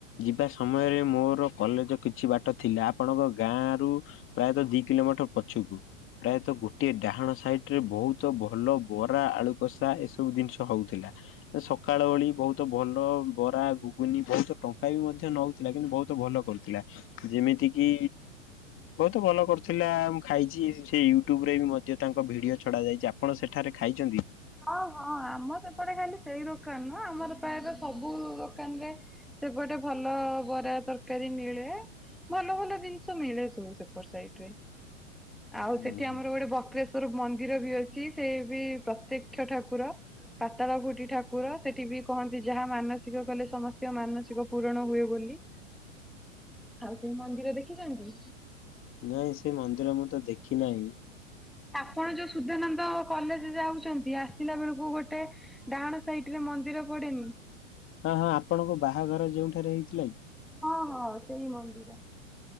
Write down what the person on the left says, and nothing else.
ଯିବା ସମୟରେ ମୋର କଲେଜ କିଛି ବାଟ ଥିଲା ଆପଣଙ୍କ ଗାଁରୁ ପ୍ରାୟତଃ ଦି କିଲୋମିଟର ପଛକୁ। ପ୍ରାୟତଃ ଗୋଟିଏ ଡାହାଣ ସାଇଟରେ ବହୁତ ଭଲ ବରା ଆଳୁ କଷା ଏସବୁ ଜିନିଷ ହଉଥିଲା। ସକାଳ ଓଳି ବହୁତ ଭଲ ବରା ଘୁଗୁନି ବହୁତ ଟଙ୍କା ବି ମଧ୍ୟ ନଉ ଥିଲା କିନ୍ତୁ ବହୁତ ଭଲ କରୁଥିଲା, ଯେମିତିକିି ବହୁତ ଭଲ କରୁଥିଲା ମୁଁ ଖାଇଚି, ସେ ୟୁଟ୍ୟୁବରେ ବି ମଧ୍ୟ ତାଙ୍କ ଭିଡିଓ ଛଡା ଯାଇଚି ଆ ଆପଣ ସେଠାରେ ଖାଇଚନ୍ତି?
<inaudible>
ହୁଁ।
<inaudible>
ନାଇଁ ସେ ମନ୍ଦିର ମୁଁ ତ ଦେଖିନାହିଁ।
ହଁ ହଁ ଆପଣଙ୍କ ବାହାଘର ଯେଉଁଠାରେ ହେଇଥିଲା କି?